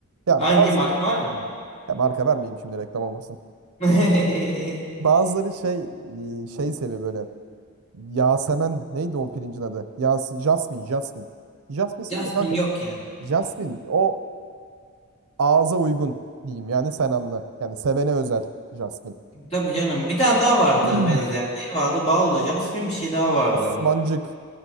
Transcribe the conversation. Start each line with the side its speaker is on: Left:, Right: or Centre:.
Right: Ya
Left: Hangi
Right: bazıları
Left: marka var mı?
Right: ya marka vermeyeyim şimdi reklam olmasın.
Left: <laughs>
Right: Bazıları şey e, şey seviyor böyle. Yasemen neydi o pirincin adı? Yas Jasmin, Jasmin. Jasmin seviyor
Left: Jasmine
Right: da kanka.
Left: yok ya.
Right: Jasmin o ağza uygun diyeyim yani sen anla. Yani sevene özel Jasmin.
Left: Tabii canım. Bir tane daha vardı
Right: <clears throat>
Left: benzeyen. Ne vardı? Baldo, Jasmine bir şey daha vardı.
Right: Osmancık.